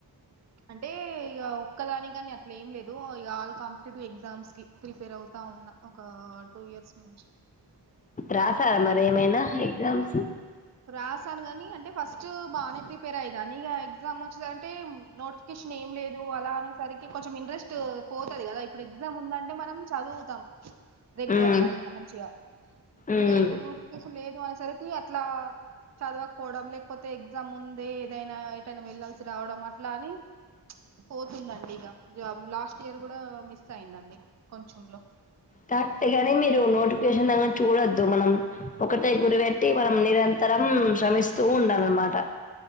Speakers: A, on the right; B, on the left.
A: అంటే ఇగ ఒక్కదానికని అట్ల ఏం లేదు ఇగాల్ కాంపిటేటివ్ ఎగ్జామ్స్ కి ప్రిపేర్ అవుతా ఉన్న ఒకా టూ ఇయర్స్ నుంచి
B: రాసారా మరి ఏమైనా ఎగ్జామ్స్
A: రాసాను గనీ అంటే ఫస్ట్ బానే ప్రిపేర్ అయ్యేదాన్ని ఇగ ఎగ్జామ్ వచ్చిందంటే నోట్స్ కిషన్ ఏం లేదు అలా అనేసి సరికి కొంచెం ఇంట్రెస్ట్ పోతుది గదా ఇప్పుడు ఎగ్జామ్ ఉందంటే మనం చదువుతాం రెగ్యులర్
B: మ్మ్
A: గా ఇట్ల మంచిగా
B: మ్మ్
A: ఇగ ఇట్ల నోటిఫికేషన్ లేదు అనేసరికి అట్లా చదవకపోవడం లేకపోతే ఎగ్జామ్ ముందే ఏదైనా ఏటైనా వెళ్ళాల్సి రావడం అట్లా అని పోతుందండి ఇగ జాబ్ లాస్ట్ ఇయర్ గూడా మిస్ అయిందండి కొంచంలో
B: కరెక్టే గని మీరు నోటిఫికేషన్ అవన్ చూడొద్దు మనం ఒకటే గురి బేట్టి మనం నిరంతరం శ్రమిస్తూ ఉండాలన్నమాట